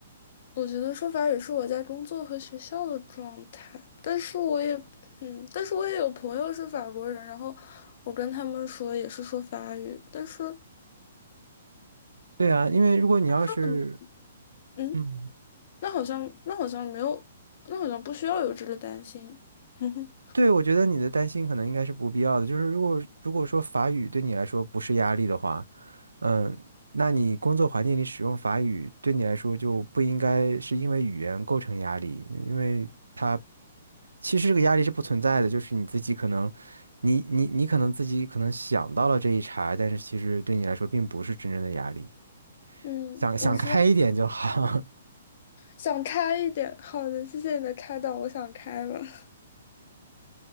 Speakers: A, on the left; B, on the right.
A: 我觉得说法语是我在工作和学校的状态，但是我也，嗯，但是我也有朋友是法国人，然后我跟他们说也是说法语，但是
B: 对啊，因为如果你要是，
A: 是很难，嗯。
B: 嗯。
A: 那好像那好像没有，那好像不需要有这个担心。<laughs>
B: 对，我觉得你的担心可能应该是不必要的。就是如果如果说法语对你来说不是压力的话，嗯，那你工作环境里使用法语对你来说就不应该是因为语言构成压力，因为它其实这个压力是不存在的，就是你自己可能，你你你可能自己可能想到了这一茬，但是其实对你来说并不是真正的压力，
A: 嗯，
B: 想想开一点就好。
A: 我希望想开一点。好的，谢谢你的开导，我想开了。<laughs>